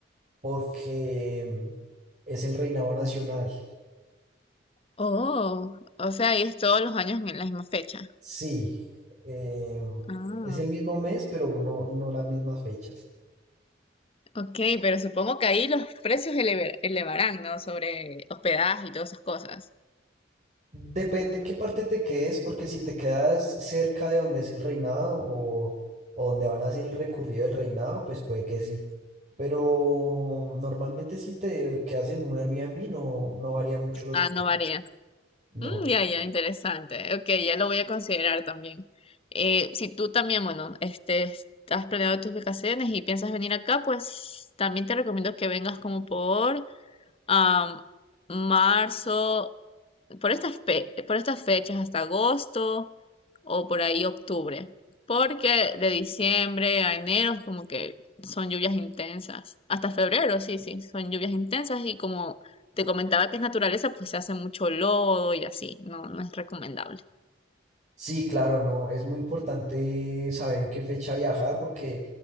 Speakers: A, on the right; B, on the left.
A: porque mm, es el reinado nacional.
B: Oh, o sea, ahí es todos los años en la misma fecha.
A: Sí, em,
B: Ah,
A: es el mismo mes, pero no, no las mismas fechas.
B: ok, pero supongo que ahí los precios eleve- elevarán, ¿no? Sobre hospedaje y todas esas cosas.
A: Depende en qué parte te quedes, porque si te quedas cerca de donde es el reinado o, o donde van a ser el recurrido del reinado, pues puede que sí. Pero normalmente si te quedas en un Airbnb no, no varía mucho los...
B: Ah,
A: pre-
B: no varía.
A: No.
B: Mm, ya, ya, interesante. Ok, ya lo voy a considerar también. Eh, si tú también, bueno, este, has planeado tus vacaciones y piensas venir acá, pues también te recomiendo que vengas como por am, marzo por estas, fe- por estas fechas hasta agosto o por ahí octubre, porque de diciembre a enero es como que son lluvias intensas, hasta febrero, sí, sí, son lluvias intensas y como te comentaba que es naturaleza, pues se hace mucho lodo y así, no, no es recomendable.
A: Sí, claro, no. Es muy importante saber en qué fecha viajar, porque